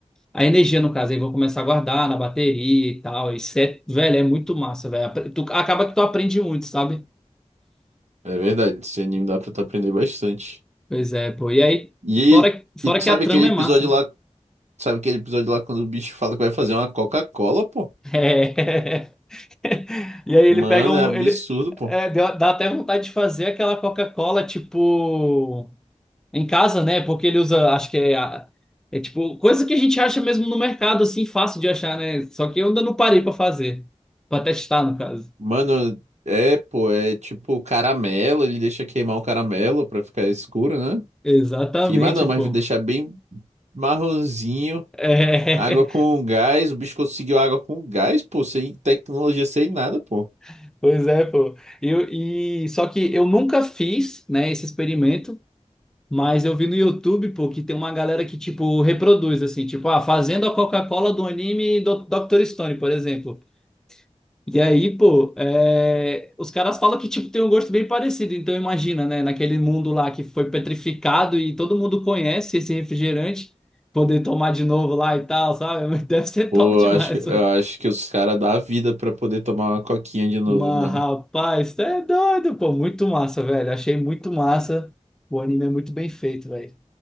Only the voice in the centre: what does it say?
a energia, no caso, aí vão começar a guardar na bateria e tal. Isso é, velho, é muito massa, velho. Apre- Tu, acaba que tu aprende muito, sabe?
Pois é, pô. E aí,
fora, fora
que
a trama
é
massa, né?
É. <laughs> E aí ele
pega um.
Ele,
é, deu- dá até vontade de fazer aquela Coca-Cola, tipo, em casa, né? Porque ele usa, acho que é, a- é tipo, coisa que a gente acha mesmo no mercado, assim, fácil de achar, né? Só que eu ainda não parei pra fazer. Pra testar, no caso.
Exatamente,
pô.
É,
<laughs> pois é, pô. E, eu- e só que eu nunca fiz, né, esse experimento. Mas eu vi no YouTube, pô, que tem uma galera que, tipo, reproduz, assim, tipo, ah, fazendo a Coca-Cola do anime do Dr. Stone, por exemplo. E aí, pô, é, os caras falam que, tipo, tem um gosto bem parecido. Então, imagina, né, naquele mundo lá que foi petrificado e todo mundo conhece esse refrigerante, poder tomar de novo lá e tal, sabe? <laughs> Deve ser
top demais.
pô.
Mas,
rapaz, tá é doido, pô, muito massa, velho. Achei muito massa. O anime é muito bem feito, velho.